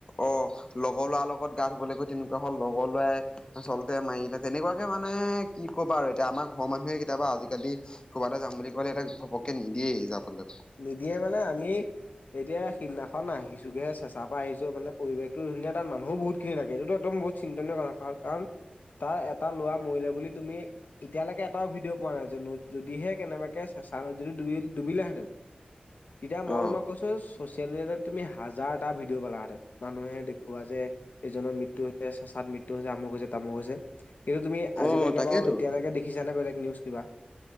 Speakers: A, on the left; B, on the left.
A: অ', লগৰ লৰা লগত গা ধুবলৈ গৈ তেনেকুৱা হল লগৰ ল'ৰাই আচলতে মাৰিলে তেনেকুৱাকে মানে কি কবা আৰু এতিয়া আমাৰ ঘৰৰ মানুহে কেতিয়াবা আজিকালি কবালে যাম বুলি ক'লে এটা ঘপককে নিদিয়ে যাবলে
B: নিদিয়ে মানে আমি এতিয়া সিদিনাখন আহি যোগে চেচা পৰা আহিছো মানে পৰিৱেশটো ধুনীয়া তাত মানুহো বহুত খিনি থাকে এইটো একদম বহুত চিন্তনীয় কাৰণ কাৰণ তাৰ এটা ল'ৰা মৰিলে বুলি তুমি এতিয়ালৈকে এটাও ভিডিঅ' পোৱা নাই যে যদিহে কেনেবাকে চেচা যদি ডুবি ডুবিলে হেঁতেন তেতিয়া মই
A: অ অ
B: তোমাক কৈছো ছচিয়েল মিডিয়াত তুমি হাজাৰটা ভিডিঅ' পালাে হেঁতেন মানুহে দেখুওৱা যে এজনৰ মৃত্যু হৈছে চেচাত মৃত্যু হৈছে আমুক হৈছে তামুক হৈছে কিন্তু তুমি
A: অ
B: আজিলৈকে
A: তাকেতো
B: বাৰু এতিয়ালৈকে দেখিছানে বেলেগ নিউজ কিবা?